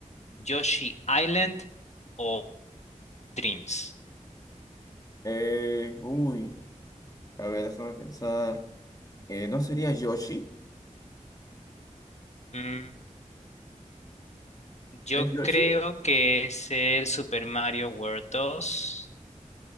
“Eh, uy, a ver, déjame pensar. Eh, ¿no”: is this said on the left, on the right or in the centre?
Left